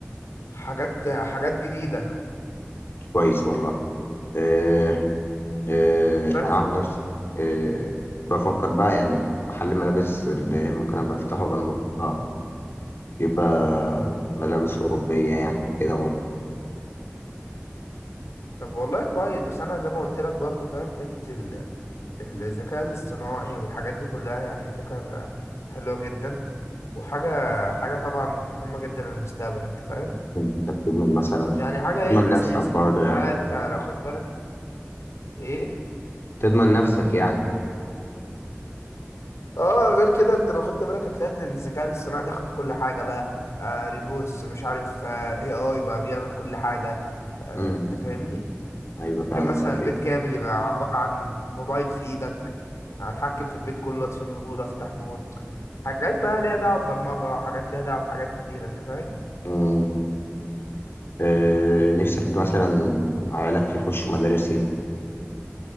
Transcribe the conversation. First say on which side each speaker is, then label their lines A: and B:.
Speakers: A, on the left; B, on the left.
A: حاجات حاجات جديدة
B: كويس والله آه آه
A: بس
B: أنا عن نفسي آه بفكر بقى يعني محل ملابس اللي ممكن أبقى أفتحه جنب الكورة يبقى ملابس أوروبية يعني وكده برضه
A: طب والله كويس بس انا زي ما قلت لك برضو فاهم فكرة ال- الذكاء الاصطناعي والحاجات دي كلها يعني فكر حلوة جدا وحاجة حاجة طبعا مهمة جدا للمستقبل انت فاهم
B: أنت بتضمن مثلا
A: يعني حاجة
B: تضمن
A: هي الاساس
B: نفسك برضه
A: ان انت
B: يعني
A: بقى انت لو خدت بالك ايه
B: تضمن نفسك يعني
A: اه غير كده انت لو خدت بالك هتلاقي ان الذكاء الاصطناعي داخل في كل حاجة بقى آه ريبوتس مش عارف آه اي اي بقى بيعمل كل حاجة آه
B: امم
A: انت فاهمني
B: أيوه
A: ممكن
B: فعلا
A: مثلا
B: فعلا
A: البيت كامل يبقى عبارة عن موبايل في ايدك هتحكم في البيت كله اطفي نور افتح نور حاجات بقى ليها دعوة ببرمجة حاجات ليها دعوة بحاجات كتير انت فاهم
B: مم. آه، نفسك مثلا عيالك يخشوا مدارس ايه؟